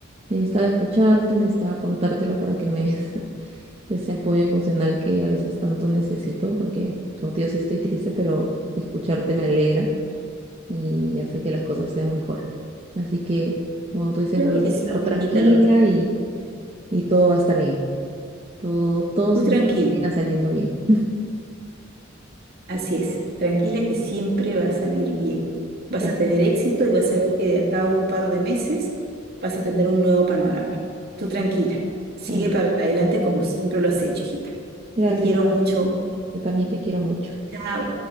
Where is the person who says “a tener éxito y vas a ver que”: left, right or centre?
Right